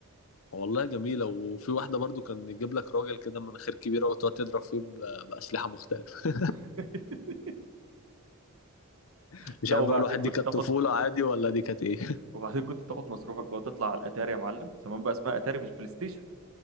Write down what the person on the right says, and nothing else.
<laughs>
لو
بعدين
كنت
تاخد
وبعدين كنت تاخد مصروفك بقى وتطلع على الاتاري يا معلم زمان بقى اسمها اتاري مش بلاي ستيشن